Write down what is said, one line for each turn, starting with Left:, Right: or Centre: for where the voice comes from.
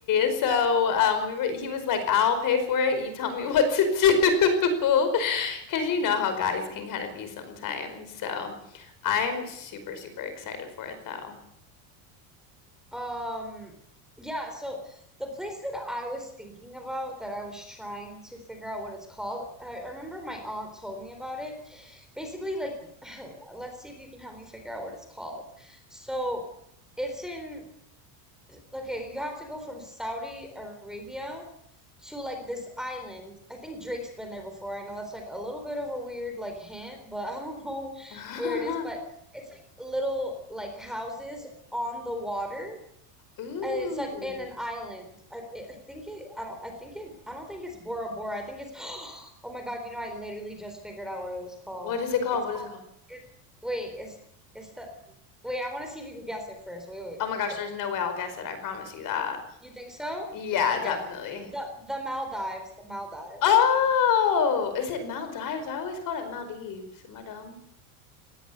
Left: So um, we were. He was like, "I'll pay for it. You tell me <laughs> what to do," <laughs> because you know how guys can kind of be sometimes. So I'm super, super excited for it though.
Centre: Um, yeah, so the place that I was thinking about that I was trying to figure out what it's called, I I remember my aunt told me about it. Basically, like, <sighs> let's see if you can help me figure out what it's called. So it's in, okay, you have to go from Saudi Arabia to like this island. I think Drake's been there before. I know that's like a little bit of a weird like hint, but <laughs> I don't know
Left: <laughs>
Centre: where it is, but it's like little like houses on the water
Left: Ooh,
Centre: and it's like in an island. I, it, I think it. I don't. I think it. I don't think it's Bora Bora. I think it's. <gasps> Oh my God! You know, I literally just figured out what it was called.
Left: what is it called?
Centre: It's
Left: What
Centre: called.
Left: is it called?
Centre: It. Wait. It's. It's the. Wait. I want to see if you could guess it first. Wait. Wait.
Left: Oh my gosh,
Centre: Okay.
Left: there's no way I'll guess it. I promise you that.
Centre: You think so?
Left: Yeah,
Centre: Okay.
Left: definitely.
Centre: The the Maldives. The Maldives.
Left: Oh, is it Maldives? I always called it Maldives. Am I dumb?